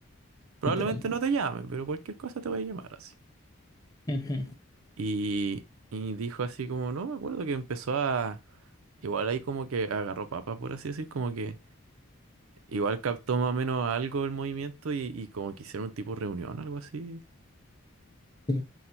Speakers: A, on the right; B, on the left.
A: Probablemente
B: literal.
A: no te llame, pero cualquier cosa te voy a llamar así.
B: Ujú,
A: Y, y dijo así como, no me acuerdo que empezó a... Igual ahí como que agarró papa, por así decir, como que igual captó más o menos algo el movimiento y, y como que hicieron un tipo de reunión, algo así.
B: Sí.